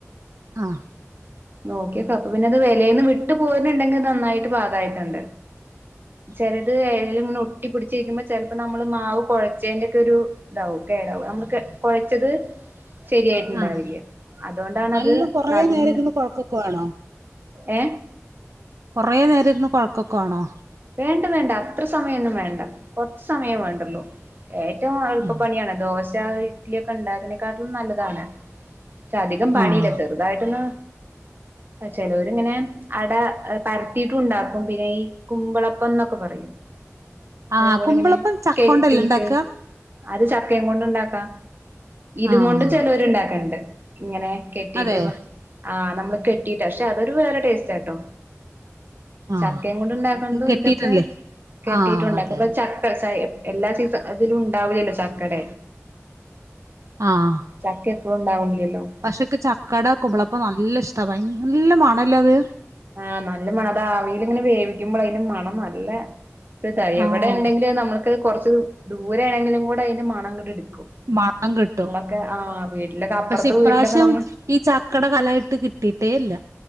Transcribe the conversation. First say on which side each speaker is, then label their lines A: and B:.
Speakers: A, on the right; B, on the right.
A: ആ
B: നോക്കിയപ്പം അപ്പ പിന്നെ അത് ഇലയിൽന്ന് വിട്ട് പോരുന്നുണ്ടെങ്കിൽ നന്നായിട്ട് പാകായിട്ടുണ്ട്
A: സംസാരം ക്ലിയർ അല്ല
B: ചെലത് എലയിൽ ഇങ്ങനെ ഒട്ടി പിടിച്ചിരിക്കുമ്പോൾ ചെലപ്പോ നമ്മള് മാവ് കൊഴച്ചതിന്റെ ഒക്കെ ഒരു ഇതാവും കേടാവും മ്മള് കൊഴച്ചത് ശരിയായിട്ടുണ്ടാവില്ല്യ
A: ആഹ്
B: അതുകൊണ്ടാണത്
A: നല്ല കൊറേ
B: നല്ല
A: നേരം ഇരുന്ന് കൊഴക്കുവാണോ
B: ഏ
A: കൊറെ നേരം ഇരുന്ന് കൊഴക്കൊക്ക വേണോ
B: വേണ്ട വേണ്ട അത്ര സമയം ഒന്നും വേണ്ട കൊറച്ച് സമയം വേണ്ടൊള്ളു ഏറ്റവും എളുപ്പപ്പണിയാണത്
A: ആഹ്
B: ദോശ ഇഡലിയും ഒക്കെ ഉണ്ടാക്കണതിനേക്കാട്ടിലും നല്ലതാണ് ഇത് അധികം പണിയില്ലത്
A: ആഹ്
B: ചെറുതായിട്ടൊന്ന് ചെലവരിങ്ങനെ അട പരത്തിട്ടും ഉണ്ടാക്കും പിന്നെ ഈ കുമ്പളപ്പം എന്നൊക്കെ പറയും അതേപോലെ
A: ആഹ് കുമ്പളപ്പം
B: ഇങ്ങനെ
A: ചക്കോണ്ടല്ലേ
B: കെട്ടീട്ട്
A: ഇണ്ടാക്ക
B: അത് ചക്കയും കൊണ്ട് ഉണ്ടാക്കാം ഇതും
A: ആഹ്
B: കൊണ്ടും ചെലവര് ഇണ്ടാക്കണ്ട് ഇങ്ങനെ കെട്ടിട്ട്
A: അതെ
B: ആഹ് നമ്മള് കെട്ടിട്ട് പക്ഷെ അതൊരു വേറെ ടേസ്റ്റട്ടോ
A: ആഹ്
B: ചക്കയും കൊണ്ട് ഉണ്ടാക്കുന്നതും
A: കെട്ടിയിട്ടല്ലേ
B: ഇതൊക്കെ കെട്ടിയിട്ടുണ്ടാക്കും
A: ആഹ് അതെ
B: അപ്പൊ
A: അതെ
B: ചക്ക ചക്ക അട എന്ന് വെച്ചാ എല്ലാ സീസണിലും അതിലും ഉണ്ടാവില്ലല്ലോ ചക്കട
A: ആഹ്
B: ചക്കെ എപ്പഴുണ്ടാവില്ലല്ലോ
A: പക്ഷെക്ക് ചക്കട കുമ്പളപ്പം നല്ല ഇഷ്ട ഭയ നല്ല മണല്ലേ അത്
B: ആഹ് നല്ല മണം അത് ആവിൽ ഇങ്ങനെ വേവിക്കുമ്പോൾ അതിൻ്റെ മണം നല്ല ഇത് എവിടെ
A: ആഹ്
B: ഉണ്ടെങ്കിലും നമ്മക്ക് കുറച്ച് ദൂരെ ആണെങ്കിലും കൂടെ ഇതിന്റെ മണം ഇങ്ങട്ട് എടുക്കും
A: മണം കിട്ടും
B: നമ്മളൊക്കെ ആഹ് വീട്ടിലൊക്കെ അപ്പുറത്ത്
A: പക്ഷെ ഇപ്രാവശ്യം
B: വീട്ടിലൊക്കെ നമ്മൾ
A: ഈ ചക്കട കാലായിട്ട് കിട്ടിയിട്ടേ ഇല്ല